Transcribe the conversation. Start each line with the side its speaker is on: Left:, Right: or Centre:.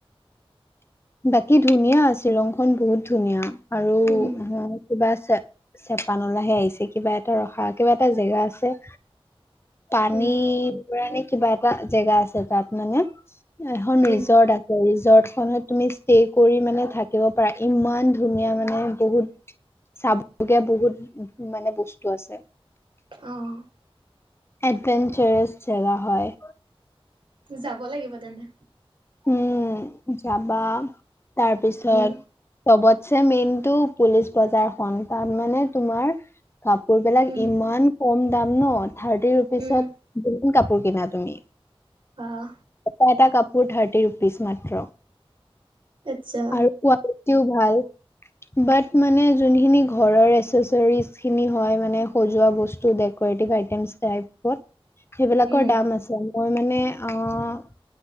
Left: বাকী ধুনীয়া, শ্বিলংখন বহুত ধুনীয়া, আৰু
Right: উম
Left: কিবা চে, চেপানলাহে আহিছে, কিবা এটা ৰখা কিবা এটা জেগা আছে। পানী
Right: উম
Left: বৰা নে, কিবা এটা জেগা আছে, তাত মানে এখন
Right: উম
Left: ৰিজৰ্ট আ ছে, ৰিজৰ্টখনত তুমি ষ্টে কৰি মানে থাকিব পাৰা, ইমান ধুনীয়া মানে বহুত চাবলগীয়া বহুত মানে বস্তু আছে।
Right: অ'।
Left: এডভেঞ্চাৰছ জেগা হয়।
Right: যাব লাগিব তেনে।
Left: উম, যাবা, তাৰপিছত
Right: উম
Left: সবতছে মেইনটো পুলিচ বজাৰখন, তাত মানে তোমাৰ কাপোৰ বিলাক
Right: উম
Left: ইমান কম দাম ন' থাৰ্টি ৰুপিচত
Right: উম
Left: কিমান কাপোৰ কিনা তুমি,
Right: বাহ
Left: এটা-এটা কাপোৰ থাৰ্ত থাৰ্টি ৰুপিচ মাত্ৰ,
Right: আচ্ছা
Left: আৰু কোৱালিটিও ভাল। বাট মানে জনখিনি ঘৰৰ এচেছৰিছখিনি হয়, মানে সজোৱা বস্তু দে কৰেটিভ আইটেমছ টাইপত। সেইবিলাকৰ
Right: উম
Left: দাম আছে, মই মানে অ',